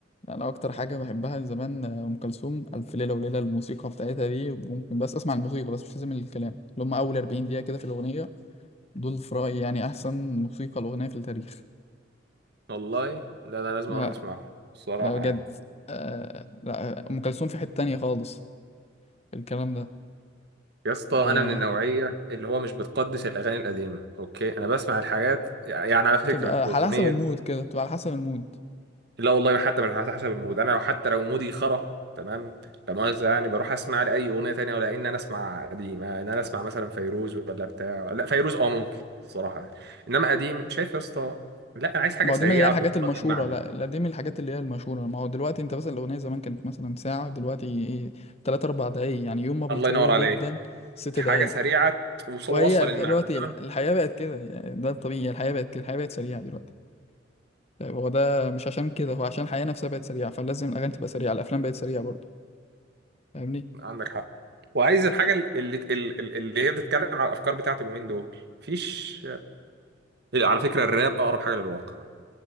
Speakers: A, on the left; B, on the right.
A: أنا أكتر حاجة بحبها من زمان أم كلثوم ألف ليلة وليلة الموسيقى بتاعتها دي ممكن بس أسمع الموسيقى بس مش لازم الكلام اللي هما أول 40 دقيقة كده في الأغنية دول في رأيي يعني أحسن موسيقى الأغنية في التاريخ
B: والله لا لا لازم
A: لا
B: اروح اسمعه الصراحة
A: لا بجد
B: يعني
A: آه لا أم كلثوم في حتة تانية خالص الكلام ده
B: يا اسطى
A: وبتبقى
B: انا من النوعية اللي هو مش بتقدس الاغاني القديمة اوكي انا بسمع الحاجات يعني على فكرة
A: على
B: اغنية
A: حسب المود كده بتبقى على حسب المود
B: لا والله حتى مش على حسب المود انا لو حتى لو مودي خرا تمام لا مؤاخذة يعني بروح اسمع لأي أغنية تانية ولا إن أنا أسمع قديم آه، إن أنا أسمع مثلا فيروز ولا بتاع لا فيروز أه ممكن الصراحة يعني إنما قديم شايف يا اسطى لا أنا عايز حاجة
A: ما
B: سريعة
A: هو دي من اللي هي الحاجات
B: توصل
A: المشهورة
B: لي المعنى
A: لا لا دي من الحاجات اللي هي المشهورة ما هو دلوقتي انت مثلا الأغنية زمان كانت مثلا ساعة دلوقتي ايه تلات أربع دقايق يعني يوم ما بيطولوا
B: الله ينور عليك
A: جدا ست
B: حاجة
A: دقايق
B: سريعة توص- توصل
A: وهي دلوقتي
B: المعنى تمام
A: ال- الحياة بقت كده يعني ده الطبيعي الحياة بقت كده الحياة بقت سريعة دلوقتي طيب هو ده مش عشان كده هو عشان الحياة نفسها بقت سريعة فلازم الأغاني تبقى سريعة الأفلام بقت سريعة برضه فاهمني؟
B: عندك حق وعايز الحاجة اللي اللي اللي هي بتتكلم على الأفكار بتاعت اليومين دول مفيش إيه، على فكرة الراب أقرب حاجة للواقع